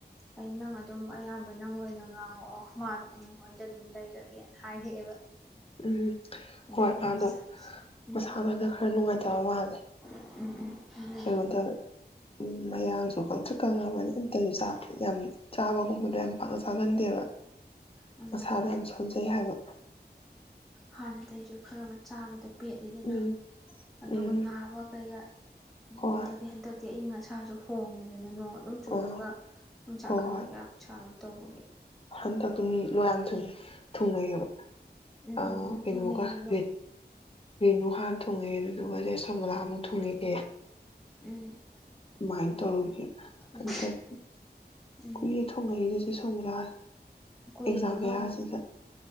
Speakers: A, in the centre; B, on the left.
A: ꯑꯩ ꯅꯪ ꯑꯗꯨꯝ ꯑꯌꯥꯝꯕ ꯅꯪ ꯑꯣꯏꯅ ꯉꯥꯡ ꯑꯣ ꯑꯣ ꯃꯥꯗꯣ ꯎꯝ ꯍꯣꯏꯗ ꯑꯗꯨꯝ ꯂꯩꯔꯒꯦꯅ ꯍꯥꯏꯔꯛꯑꯦꯕ
B: ꯎꯝ
A: ꯑꯗꯨꯗꯅ
B: ꯍꯣꯏ ꯃꯥꯗꯣ
A: ꯑꯁ ꯎꯝ
B: ꯃꯁꯥꯗꯨꯅ ꯈꯔ ꯅꯨꯡꯉꯥꯏꯇꯕ ꯃꯥꯜꯂꯦ
A: ꯎꯝ ꯎꯝ ꯑꯗꯨꯗꯤ
B: ꯀꯩꯅꯣ ꯇꯧꯋꯦ ꯃꯌꯥꯡꯁꯨ ꯀꯪꯊ꯭ꯔꯤꯛ ꯀꯪꯉꯕꯅꯤ ꯑꯝꯇꯁꯨ ꯆꯥ ꯌꯥꯝ ꯆꯥꯕꯒꯨꯝꯕꯗꯣ ꯌꯥꯝ ꯄꯥꯛꯅ ꯆꯥꯒꯟꯗꯦꯕ
A: ꯎꯝ
B: ꯃꯁꯥꯗꯣ ꯌꯥꯝ ꯁꯣꯟꯖꯩ ꯍꯥꯏꯕ
A: ꯍꯥꯟꯅꯗꯩꯖꯨ ꯈꯔꯒ ꯆꯥꯕꯗ ꯄꯦꯠꯂꯤꯗꯅ
B: ꯎꯝ
A: ꯑꯗꯨꯒ
B: ꯎꯝ
A: ꯅꯥꯕ ꯀꯩꯒ
B: ꯍꯣꯏ
A: ꯑꯗꯒꯤ ꯍꯟꯗꯛꯇꯤ ꯑꯩ ꯏꯁꯥꯖꯨ ꯍꯣꯡꯉꯤꯗꯅ ꯅꯣꯡ ꯑꯗꯨꯝ ꯆꯨꯔꯒ
B: ꯑꯣ
A: ꯆꯥꯛ
B: ꯍꯣꯏ
A: ꯈꯔꯥ ꯌꯥꯝ ꯆꯥꯔꯥ ꯇꯧꯕꯒꯤ
B: ꯍꯟꯗꯛꯇꯨ ꯃꯤ ꯂꯣꯛ ꯌꯥꯝ ꯊꯨꯨꯡꯉꯦ ꯊꯨꯡꯅꯩꯌꯦꯕ
A: ꯎꯝ
B: ꯑꯥ
A: ꯎꯝ
B: ꯀꯩꯅꯣꯒꯥ
A: ꯊꯨꯡꯅ ꯌꯦꯜꯂꯣ
B: ꯔꯠ ꯔꯦꯅꯨ ꯍꯥꯟ ꯊꯨꯡꯉꯛꯑꯦ ꯑꯗꯨꯢꯗꯨꯒ ꯆꯦ ꯁꯣꯃꯣꯂꯥꯗꯣ ꯊꯨꯡꯉꯛꯑꯦ
A: ꯎꯝ
B: ꯃꯥꯢ ꯇꯧꯔꯤꯒꯦ
A: ꯎꯝ
B: ꯀꯟꯗꯛ
A: ꯎꯝ
B: ꯀꯨꯏꯔꯦ ꯊꯨꯡꯉꯛꯏꯗꯣ ꯆꯦ ꯁꯣꯃ ꯅꯍꯥ
A: ꯀꯨꯏꯔꯦ
B: ꯑꯦꯛꯖꯥꯝ ꯃꯌꯥꯖꯤꯗ
A: ꯃꯥꯅ